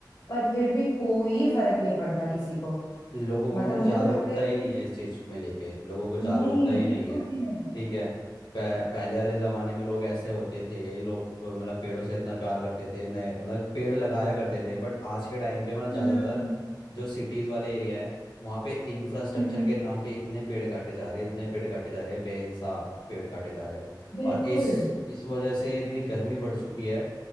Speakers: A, on the left; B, on the left.
A: पर फिर भी कोई फर्क नहीं पड़ता किसी को
B: लोगों में
A: मतलब
B: ना
A: मुझे
B: जागरूकता
A: तो लगता है कि
B: ही नहीं है इस चीज में लेके लोगों को जागरूकता
A: नहीं
B: ही
A: बिल्कुल
B: नहीं है
A: भी नहीं
B: ठीक है पह, पहले वाले जमाने में लोग ऐसे होते थे लोग अ, मतलब पेड़ों से इतना प्यार करते थे नए मतलब पेड़ लगाया करते थे बट आज के टाइम पे मतलब
A: हम्म
B: ज्यादातर जो सिटीज वाले एरिया है वहाँ पे इंफ्रास्ट्रक्चर
A: हम्म
B: के नाम पे इतने पेड़ काटे जा रहे हैं इतने पेड़ काटे जा रहे हैं बेहिसाब पेड़ काटे जा रहे हैं
A: बिल्कुल
B: और इस इस वजह से इतनी गर्मी बढ़ चुकी है